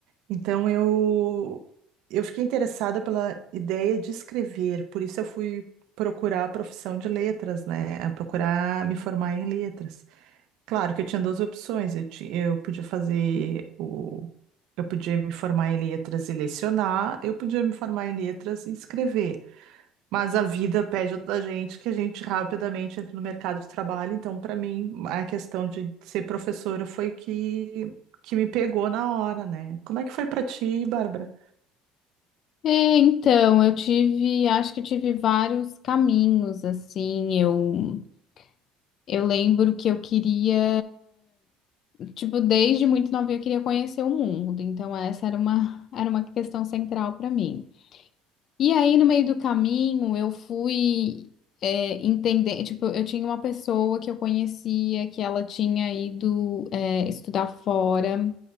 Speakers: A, on the right; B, on the left.
A: Então eu, eu fiquei interessada pela ideia de escrever, por isso eu fui procurar a profissão de letras, né? a Procurar me formar em letras. Claro que eu tinha duas opções, eu, ti- eu podia fazer o Eu podia me formar em letras e lecionar, eu podia me formar em letras e escrever. Mas a vida pede da gente que a gente rapidamente entre no mercado de trabalho. Então, para mim, a questão de ser professora foi que, que me pegou na hora, né? Como é que foi para ti, Bárbara?
B: É, então, eu tive, acho que eu tive vários caminhos, assim, eu. Eu lembro que eu queria, tipo, desde muito novinha eu queria conhecer o mundo, então essa era uma, <laughs> era uma questão central para mim. E aí, no meio do caminho, eu fui, é, entender, tipo, eu tinha uma pessoa que eu conhecia que ela tinha ido, é, estudar fora